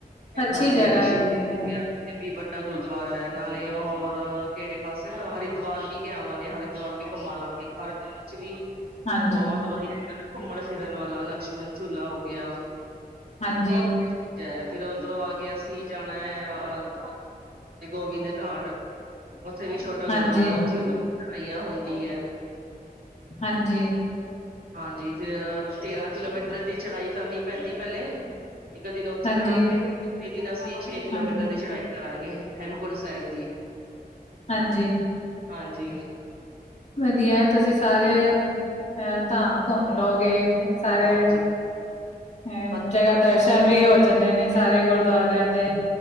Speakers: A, on the left (about 45°); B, on the right (about 70°).
A: ਅੱਛੀ
B: ਹਾਂਜੀ
A: ਜਗ੍ਹਾ
B: ਰਿਸ਼ੀਕੇਸ
A: ਹੈਗੀ ਹੈ
B: <unintelligible> ਵੀ ਵੱਡਾ ਗੁਰਦੁਆਰਾ ਏ ਨਾਲੇ ਹੋਰ ਕਿਹੜੇ ਪਾਸੇ ਹਰੀ ਦਵਾਰ ਵੀ ਕਿਹਾ ਉਹਨਾਂ ਨੇ ਹਰੀ ਦੁਆਰ ਵੀ ਘੁੰਮਣ ਲਾਗੇ ਖਰ ਦੇ ਵਿੱਚ ਵੀ, ਬਹੁਤ
A: ਹਾਂਜੀ
B: ਬਹੁਤ ਵਧੀਆ ਹੈਗਾ ਨਾ ਘੁੰਮਣ ਫਿਰਨ ਵਾਲਾ ਲਕਸ਼ਮਣ ਝੂਲਾ ਹੋ ਗਿਆ।
A: ਹਾਂਜੀ
B: ਬਹੁਤ ਜੈ ਫਿਰ ਓਧਰੋਂ ਆ ਕੇ ਅਸੀਂ ਜਾਣਾ ਏ, ਗੋਬਿੰਦ ਘਾਟ। ਉੱਥੇ ਵੀ ਛੋਟਾ ਗੁਰਦੁਆਰਾ
A: ਹਾਂਜੀ
B: ਉੱਥੇ ਛਾਈਆਂ ਹੁੰਦੀ ਏ।
A: ਹਾਂਜੀ।
B: ਹਾਂਜੀ ਫਿਰ ਤੇਰਾਂ ਕਿਲੋਮੀਟਰ ਦੀ ਚੜਾਈ ਕਰਨੀ ਪੈਂਦੀ ਪਹਿਲੇ, ਇੱਕ ਦਿਨ ਉੱਥੇ
A: ਹਾਂਜੀ
B: ਕਰਾਂਗੇ। ਇੱਕ ਦਿਨ ਅਸੀਂ ਛੇ ਕਿਲੋਮੀਟਰ
A: ਹਾਂ
B: ਦੀ ਚੜਾਈ ਕਰਾਂਗੇ ਹੇਮਕੁੰਡ ਸਾਹਿਬ ਦੀ।
A: ਹਾਂਜੀ।
B: ਹਾਂਜੀ।
A: ਵਧੀਆ, ਤੁਸੀਂ ਸਾਰੇ ਐ ਧਾਮ ਘੁੰਮ ਲਉਗੇ ਸਾਰੇ
B: ਹਾਂਜੀ
A: ਹੂੰ
B: ਬਦਰੀਨਾਥ
A: ਜਗ੍ਹਾਂ ਦਰਸ਼ਨ
B: ਜਾਵਾਂਗੇ।
A: ਵੀ ਹੋ ਜਾਂਦੇ ਨੇ ਸਾਰੇ ਗੁਰਦੁਆਰਿਆਂ ਦੇ।